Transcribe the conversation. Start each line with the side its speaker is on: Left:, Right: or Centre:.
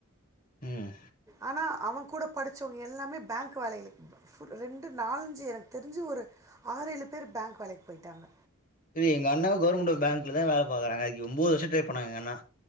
Left: உம்
Right: ஆனா அவங் கூட படிச்சவுங்க எல்லாமே பேங்க் வேலைகுளுக்கு ரெண்டு நாலஞ்சு எனக் தெரிஞ்சு ஒ ரு ஆறு ஏழு பேர் பேங்க் வேலைக்கு போயிட்டாங்க
Left: திரி எங்கண்ணா கவர்மெண்ட்டு பேங்க்ல தா வேல பாக்குறாங்க ஒம்போது வர்ஷோ ட்ரை பண்ணாங்க எங்கண்ணா